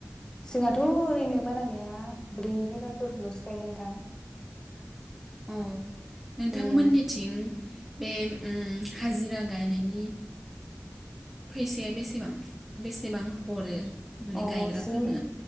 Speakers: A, on the left (about 15°); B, in the centre.
A: जोंहाथ' ओरैनो बारा गैया ब्रै बिगाफोर लसो गायो नोंथां,
B: उम नोंथां
A: उम
B: मोननिथिं, बे उम हाजिरा गायनायनि फैसाया बेसेबां बेसेबां हरो, माने
A: अ
B: गायग्राफोरनो?
A: जोंनि